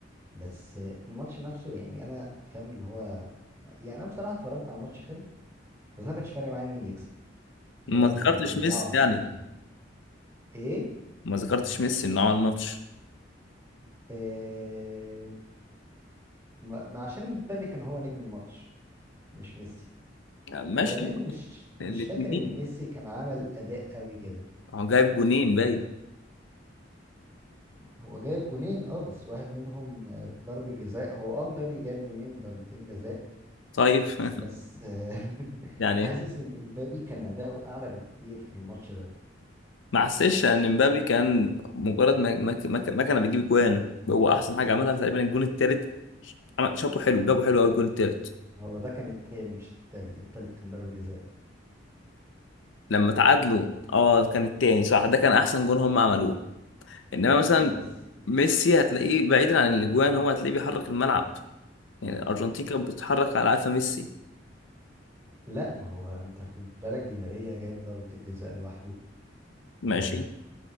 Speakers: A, on the right; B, on the left.
A: بس آه، الماتش نفسه يعني انا فاهم اللي هو يعني انا بصراحة اتفرجت على ماتش حلو بس ما كانش فارق معايا مين يكسب اللي
B: ما
A: هو
B: ذكرتش
A: بولعوا
B: ميسي
A: انتوا
B: يعني
A: الاتنين ايه
B: ما ذكرتش ميسي انه عمل ماتش
A: آه، ما ما عشان امبابي كان هو نجم الماتش مش ميسي
B: آه، ماشي
A: وبعدين مش مش
B: الاثنين
A: فاكر ان ميسي كان عمل اداء قوي كده
B: هو جايب جونين باين
A: هو جايب جونين اه بس واحد منهم آه، ضربة جزاء هو اه امبابي جايب جونين ضربتين جزاء
B: طيب <laughs>
A: بس آه، <laughs>
B: يعني
A: حاسس ان امبابي كان اداؤه اعلى بكتير في الماتش ده
B: ما حسيتش ان مبابي كان مجرد ما ما ما ما كان بيجيب جوان هو احسن حاجه عملها في تقريبا الجون الثالث شاطه حلو جابوا حلو قوي الجون الثالث
A: هو ده كان التاني مش التالت التالت كان ضربة جزاء
B: لما تعادلوا اه كان الثاني صح ده كان احسن جون هم
A: مم.
B: عملوه انما مثلا
A: بس
B: ميسي هتلاقيه بعيدا عن الاجوان هو هتلاقيه بيحرك الملعب يعني الارجنتين كانت بتتحرك على قفا ميسي
A: لا ما هو انت خد بالك دي ماريا جايب ضربة الجزاء لوحده
B: ماشي
A: و